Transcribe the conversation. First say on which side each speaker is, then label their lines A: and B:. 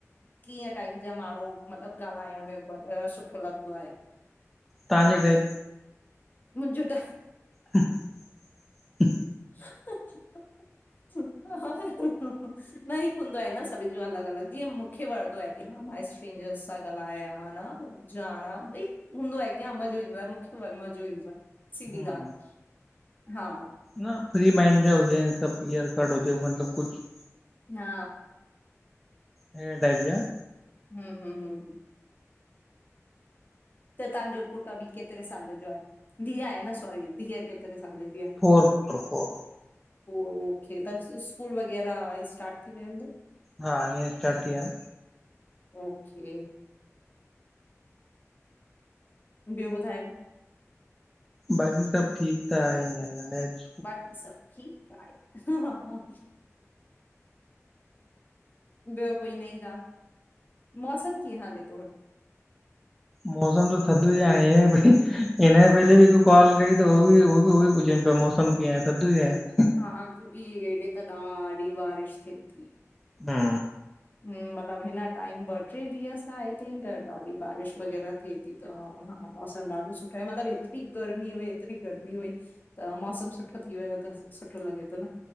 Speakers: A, on the left; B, in the centre.
A: कीअं टाइप जा माण्हूं? मतलबु ॻाल्हाइण में सुठो लॻंदो आहे?
B: तहांजे टाइप
A: मुंजूं टाइप
B: हा ह
A: ह <unintelligible> न हिकु हूंदो आहे न सभिनि जो अलग-अलग, जीअं मूंखे वणदो आहे, की हा माई स्ट्रेंजरस सा ॻाल्हाया हां न जाणा ॿई हूंदो आहे क्या मज़ो ईंदो आ मूंखे मज़ो ईंदो आ सिधी
B: हूं
A: ॻाल्हि हा
B: न फ्री माइंड जा हुजे सभु क्लीियर कट हुजे मतलब कुछु
A: हा
B: हेड़े टाइप जा
A: हूं हूं हूं त तव्हांजो पुटु अबि केतिरे साल जो आहे? धीअ आहे न सॉरी धीअ केतिरे साल जी? आहे
B: फोर फोर
A: ओके, त स्कूल वग़ैरह स्टार्ट थी वेंदो
B: हा हिअं स्टार्ट थी आ।
A: ओके ॿियो ॿुधायो?
B: बाक़ी सब ठीक आहे इअं त मैच
A: बाक़ी सब ठीक आहे। ॿियो कोई नई ॻाल्हि मौसमु कीअं हले थो हुत?
B: मौसम त थधो ई आहे बकि हिन जे पहले बि हिकु कॉल कई त होबि होबि पुछनि पिया मौसम कमु कीअं आए? थधो ही आए।
A: हा क्योंकि हेॾे त ॾाढी बारिश थिए थी।
B: हा
A: हं मतिलबु हिन टाइम ॿ ट्रे ॾींहं सां आई थिंक ॾाढी बारिश वग़ैरह थिए ती त हा मौसम ॾाढो सुठै मतलबु ऐतिरी गर्मी हुई ऐतिरी गर्मी हुई त मौसम सुठो थी वियो त सुठो लॻे तो न।